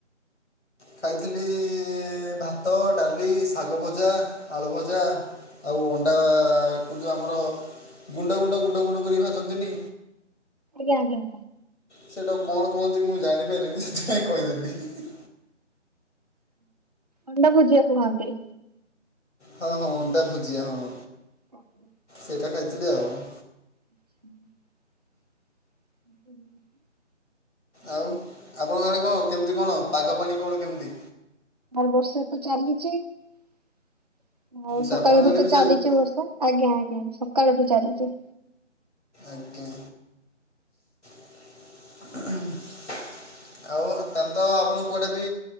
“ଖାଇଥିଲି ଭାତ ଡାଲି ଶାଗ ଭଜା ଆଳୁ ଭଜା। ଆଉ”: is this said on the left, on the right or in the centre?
Left